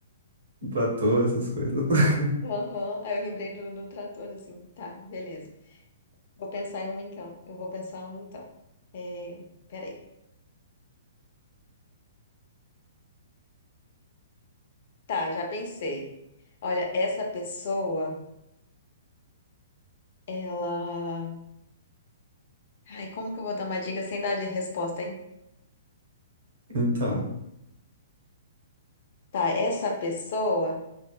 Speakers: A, on the right (about 65°); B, on the left (about 55°).
A: um platô, essas coisas. <laughs>
B: <laughs> Aham. Aí eu lembrei do, do trator, assim. Tá, beleza. Vou pensar em um então. Eu vou pensar um então. É, peraí. Tá, já pensei. Olha, essa pessoa, ela Ai, como que eu vou dar uma dica sem dar de resposta, hein?
A: Então.
B: Tá, essa pessoa,